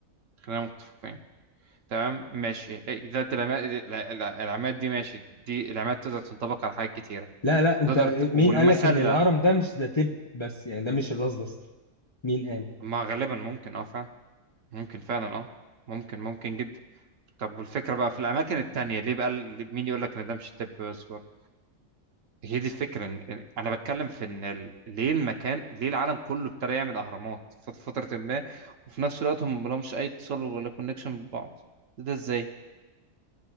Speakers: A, on the right; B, on the left.
A: خلينا متفقين تمام ماشي إيه، ذات العماد الع- الع- العماد دي ماشي دي العماد تقدر تنطبق على حاجات كتيرة
B: لا لا انت
A: تقدر ت... والمسلة
B: مين قالك ان الهرم ده مش ده تب بس يعني ده مش الراس بس مين قال
A: ما غالبا ممكن اه فعلا ممكن فعلا اه ممكن ممكن جدا طب والفكرة بقى في الأماكن التانية ليه بقى ال- مين يقول لك إن ده مش طب بس برضه هي دي الفكرة إن إن- أنا بتكلم في إن ال- ليه المكان ليه العالم كله ابتدى يعمل أهرامات في فترة ما وفي نفس الوقت هم ملهمش أي اتصال ولا كونكشن ببعض ده إزاي؟